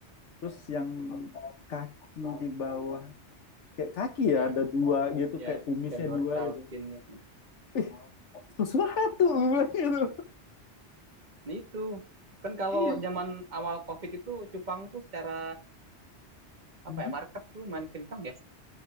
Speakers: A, on the left; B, on the right.
A: terus yang kaki di bawah kayak kaki
B: ya
A: ya ada dua gitu
B: ya
A: kayak kumisnya
B: ya dorsal
A: dua gitu
B: finnya
A: Ih, sesuatu gue bilang gitu
B: Nah, itu kan kalau
A: iya
B: zaman awal covid itu cupang tuh secara
A: Mhm.
B: apa ya market tuh main kencang ya